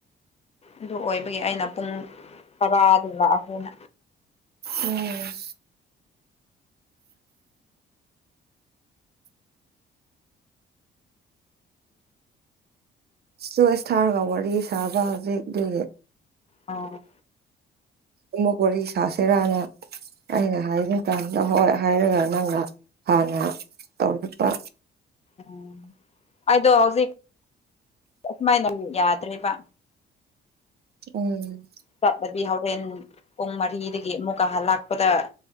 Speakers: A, on the left (about 30°); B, on the right (about 55°).
A: ꯑꯗꯨ ꯑꯣꯏꯕꯒꯤ ꯑꯩꯅ ꯄꯨꯡ ꯇꯔꯥꯗꯨ ꯂꯥꯛꯑꯒꯦꯅ
B: ꯎꯝ ꯆꯣꯏꯁ ꯊꯥꯔꯒ ꯋꯥꯔꯤ ꯁꯥꯕ ꯍꯧꯖꯤꯛꯇꯤ
A: ꯑꯣ
B: ꯎꯃꯣꯀꯣꯔꯤ ꯁꯥꯁꯤꯔꯅ ꯑꯩꯅ ꯍꯥꯏꯒꯦ ꯀꯥꯟꯗ ꯍꯣꯏ ꯍꯥꯏꯔꯒ ꯅꯪꯅ ꯍꯥꯟꯅ ꯇꯧꯔꯛꯄ
A: ꯎꯝ ꯑꯩꯗꯣ ꯍꯧꯖꯤꯛ ꯑꯁꯨꯃꯥꯏꯅ ꯅꯨꯛ ꯌꯥꯗ꯭ꯔꯦꯕ
B: ꯎꯝ
A: ꯆꯞꯄꯗꯤ ꯍꯧꯔꯦꯟ ꯄꯨꯡ ꯃꯔꯤꯗꯒꯤ ꯑꯃꯨꯛꯀ ꯍꯜꯂꯥꯛꯄꯗ